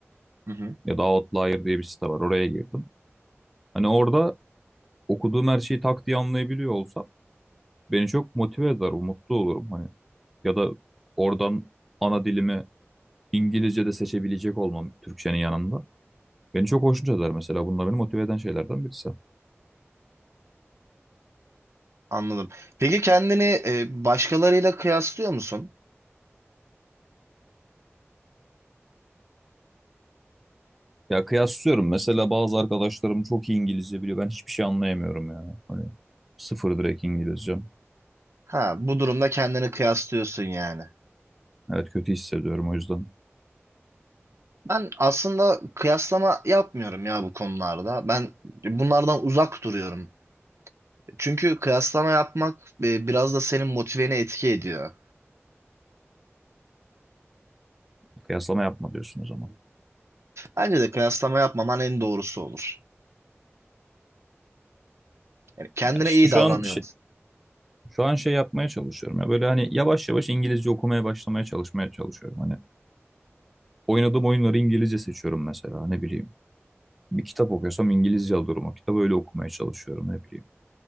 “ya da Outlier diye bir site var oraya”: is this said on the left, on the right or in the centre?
Centre